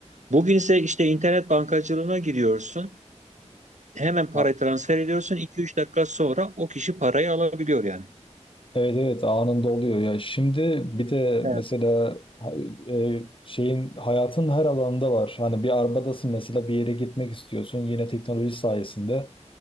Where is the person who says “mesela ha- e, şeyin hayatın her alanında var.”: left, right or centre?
Left